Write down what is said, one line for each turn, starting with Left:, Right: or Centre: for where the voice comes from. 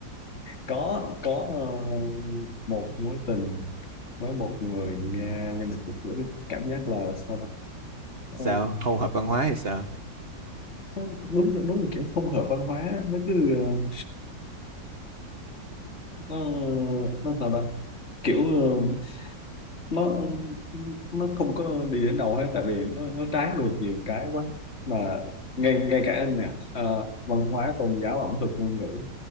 Left: có có ờ, một mối tình với một người Nga nhưng mà thực cảm giác là sao ta
Right: sao
Left: Ờ,
Right: không hợp văn hóa hay sao
Left: nó đúng là- đúng là kiểu không hợp văn hóa nó cứ ờ, nó nó sao ta kiểu ờ, nó nó không có đi đến đâu hết tại vì nó, nó trái ngược nhiều cái quá mà ngay ngay cả anh nè ờ, văn hóa tôn giáo ẩm thực ngôn ngữ